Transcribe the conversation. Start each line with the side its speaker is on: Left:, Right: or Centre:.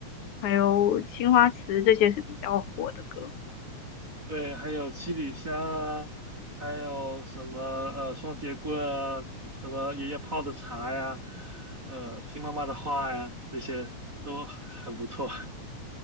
Left: 还有《青花瓷》，这些是比较火的歌。
Right: 对，还有七里香啊，还有什么呃双截棍啊，听什么爷爷泡的茶呀，呃听妈妈的话呀，这些都很不错。<laughs>